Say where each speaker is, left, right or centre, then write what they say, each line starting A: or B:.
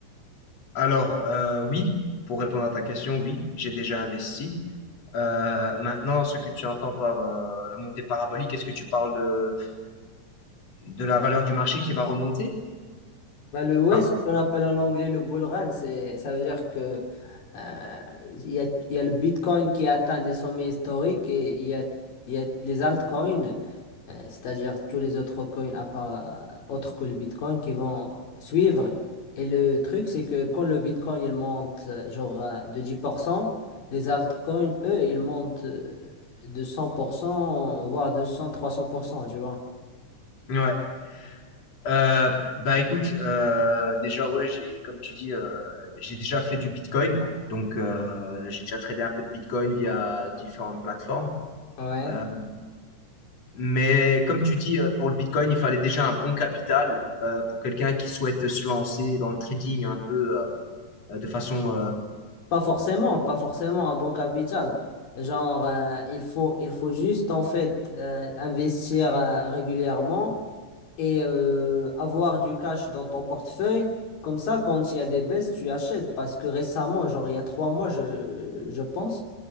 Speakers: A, on the left (about 50°); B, on the left (about 90°).
A: Alors, euh, oui, pour répondre à ta question, oui, j'ai déjà investi. Euh, maintenant, ce que tu entends par euh, la montée parabolique, est-ce que tu parles de, de la valeur du marché qui va remonter?
B: Bah, le, ouais,
A: Pardon.
B: c'est ce qu'on appelle en anglais le bull run, c'est, ça veut dire que euh, il y a, il y a le Bitcoin qui a atteint des sommets historiques et il y a, il y a les altcoins, euh, c'est-à-dire tous les autres coins à part, euh, autres que le Bitcoin qui vont suivre. Et le truc, c'est que quand le Bitcoin il monte euh, genre euh, de 10%, les altcoins, eux, ils montent euh, de 100%, voire 200, 300%, tu vois.
A: Ouais. Euh, bah écoute, euh, déjà, ouais, j'ai, comme tu dis, euh, j'ai déjà fait du Bitcoin. Donc, euh, j'ai déjà tradé un peu de Bitcoin via différentes plateformes.
B: Ouais.
A: Euh, Mais comme tu dis, euh, pour le Bitcoin, il fallait déjà un bon capital euh, pour quelqu'un qui souhaite se lancer dans le trading un peu euh, de façon...
B: Pas forcément, pas forcément un bon capital. Genre, euh, il faut, il faut juste en fait euh, investir euh, régulièrement et euh, avoir du cash dans ton portefeuille. Comme ça, quand il y a des baisses, tu achètes. Parce que récemment, genre il y a trois mois, je, je pense,